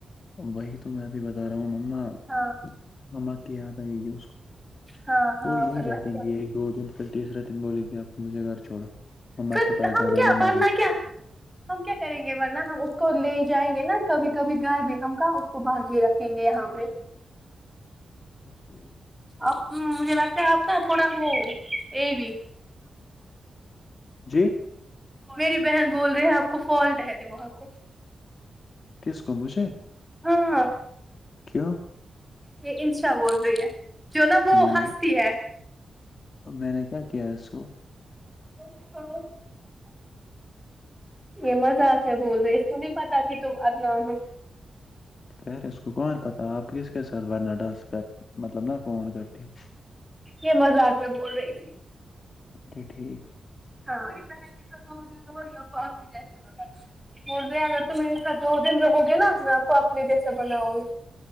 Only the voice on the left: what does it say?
وہی تو میں بھی بتا رہا ہوں اب مما
مما کی یاد ائی گی اس کو
وہ یہی
بیٹھیں
گی ایک دو دن پھر تیسرا دن بولے گی آپ کو مجھے گھر چھوڑو مما
کے پاس
جانا
ہے مما
کے
پاس
جی
کس کو مجھے
ہاں
کہ میں نے
میں نے کیا کیا ہے اس کو
پر اس کو بہار کا تھا آپ کس کے ساتھ ورنا ڈاس کر مطلب نہ فون کرتی ہو
اچھا ٹھیک